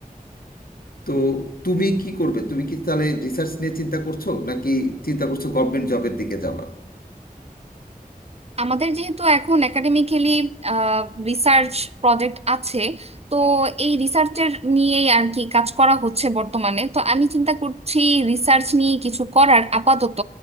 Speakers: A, on the left (about 75°); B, on the right (about 45°).
A: তো তুমি কি করবে তুমি কি তাহলে রিসার্চ নিয়ে চিন্তা করছো নাকি চিন্তা করছো গভর্নমেন্ট জবের দিকে যাবা
B: আমাদের যেহেতু এখন একাডেমিক্যালি রিসার্চ প্রজেক্ট আছে তো এই রিসার্চের নিয়েই আর কি কাজ করা হচ্ছে বর্তমানে তো আমি চিন্তা করছি রিসার্চ নিয়ে কিছু করার আপাতত